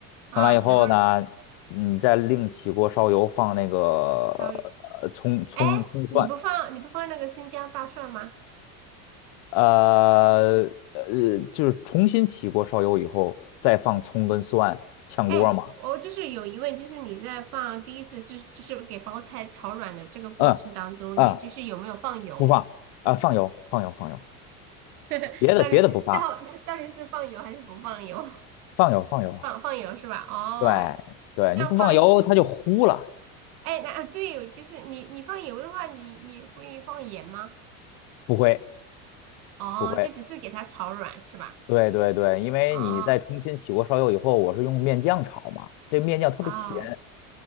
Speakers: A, on the right (about 80°); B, on the left (about 65°).
A: 嗯，
B: 盛出来以后呢，
A: 然后呢？
B: 你再另起锅烧油放那个
A: 小，
B: 呃葱葱葱蒜，
A: 哎，你不放你不放那个生姜大蒜吗？
B: 呃呃就是重新起锅烧油以后再放葱跟蒜炝锅嘛。
A: 哎，我就是有疑问，就是你在放第一次就就是给包菜炒软的这个过程当中，
B: 嗯嗯，
A: 你就是有没有放油？
B: 不放啊，放油，放油，放油，
A: <laughs>
B: 别的别的不放，
A: 到底到到底是放油还是不放油？
B: 放油，放油。
A: <laughs> 放放油是吧？哦，
B: 对对，
A: 要放，
B: 你不放油，它就糊了，
A: 哎，那啊对，就是你你放油的话，你你会放盐吗？
B: 不会
A: 哦，
B: 不会。
A: 就只是给它炒软是吧？
B: 对对对，因为你在重新起锅烧油以后，
A: 哦
B: 我是用面酱炒嘛，这面酱特别咸，
A: 哦。